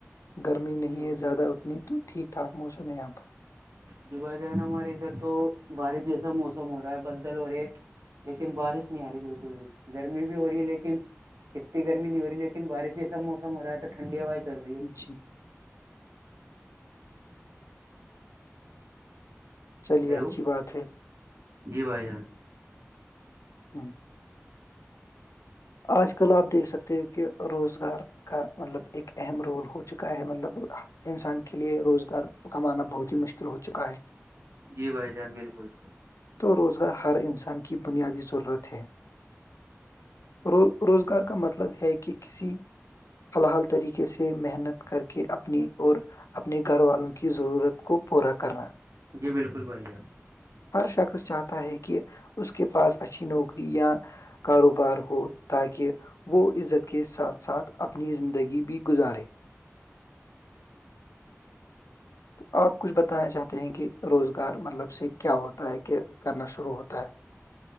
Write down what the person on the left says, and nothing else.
گرمی نہیں
ہے
زیادہ اتنی تو ٹھیک ٹھاک موسم ہے یہاں پر
جی چلیے
اچھی بات ہے
ہاں آج کل آپ دیکھ سکتے ہو کہ روزگار کا مطلب ایک اہم رول ہو چکا ہے مطلب انسان کے لیے روزگار کمانا بہت ہی مشکل ہو چکا ہے
تو روزگار ہر انسان کی بنیادی ضرورت ہے رو روزگار کا مطلب ہے کہ کسی حلال طریقے سے محنت کر کے اپنی اور اپنے گھر والوں کی ضرورت کو پورا کرنا
ہر شخص چاہتا ہے کہ اس کے پاس اچھی نوکری یا کاروبار ہو تاکہ وہ عزت کے ساتھ ساتھ اپنی زندگی بھی گزارے تو آپ کچھ بتانا چاہتے ہیں کہ روزگار مطلب سے کیا ہوتا ہے کہ کرنا شروع ہوتا ہے